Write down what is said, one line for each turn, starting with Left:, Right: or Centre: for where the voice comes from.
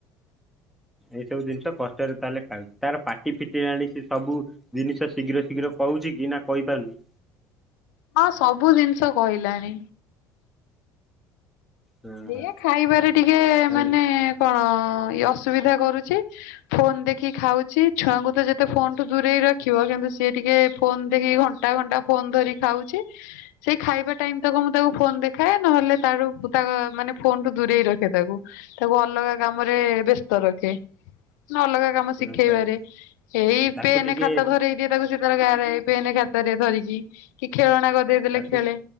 Centre: ଏଇ ସବୁ ଜିନିଷ କଷ୍ଟରେ ତାହେଲେ ଖା ତାର ପାଟି ଫିଟିିଲଲାଣି ସେ ସବୁ ଜିନିଷ ଶୀଘ୍ର ଶୀଘ୍ର କହୁଛି କି ନା କହିପାରୁନି।
Left: ହଁ ସବୁ ଜିନିଷ କହିଲାଣି।
Centre: ହଁ
Left: ଦ ଖାଇବାରେ ଟିକେ
Centre: ତାହେଲେ
Left: ମାନେ ହଁ ହଁ, ଇଏ ଅସୁବିଧା କରୁଛି, ଫୋନ ଦେଖି ଖାଉଛି, ଛୁଆଙ୍କୁ ତ ଯେତେ ଫୋନଠୁ ଦୂରେଇ ରଖିବ। କିନ୍ତୁ ସିଏ ଟିକେ ଫୋନ ଦେଖିକି ଘଣ୍ଟା ଘଣ୍ଟା ଫୋନ ଧରି ଖାଉଛି ସେ ଖାଇବା ଟାଇମ ତକ ମୁଁ ତାକୁ ଫୋନ ଦେଖାଏ ନହଲେ ତାରୁ ତା ମାନେ ଫୋନଠୁ ଦୂରେଇ ରଖେ ତାକୁ ତାକୁ ଅଲଗା କାମ ରେ ବ୍ୟସ୍ତ ରଖେ। ନ ଅଲଗା କାମ ଶିଖେଇବାରେ
Centre: ହଁ ତାହେଲେ
Left: ଏଇ
Centre: ତାକୁ
Left: ପେନ
Centre: ଟିକେ
Left: ଖାତା ଧରଇ ଦିଏ ତାକୁ ସି ତାଧିରେ ଗାରାଏ ପେନ୍ ଖାତରେ ଧରିକି, କି ଖେଳଣା କରିଦେଇଲେ
Centre: ତାକୁ
Left: ଖେଳେ।